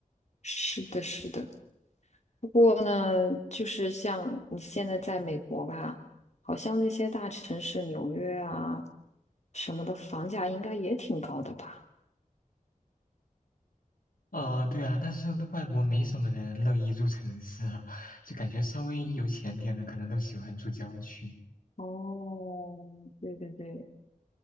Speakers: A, on the left; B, on the left.
A: 是的，是的。不过呢，就是像你现在在美国吧，好像那些大城市，纽约啊什么的，房价应该也挺高的吧？
B: 呃，对啊，但是外国没什么人乐意住城市啊，就感觉稍微有钱点的可能都喜欢住郊区，
A: 哦，对对对，